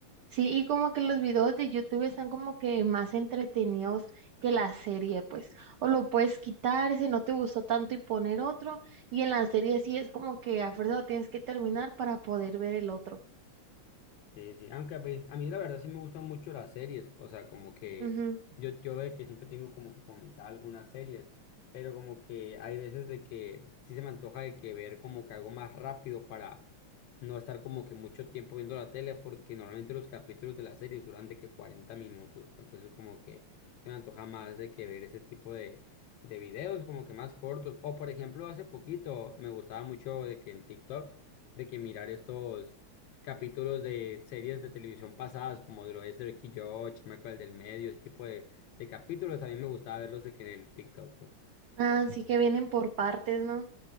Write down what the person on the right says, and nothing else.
Sí, y como que los videos de YouTube están como que más entretenidos que la serie, pues. O lo puedes quitar si no te gustó tanto y poner otro. Y en la serie sí es como que a fuerza lo tienes que terminar para poder ver el otro.
Ujú.
Ah, sí que vienen por partes, ¿no?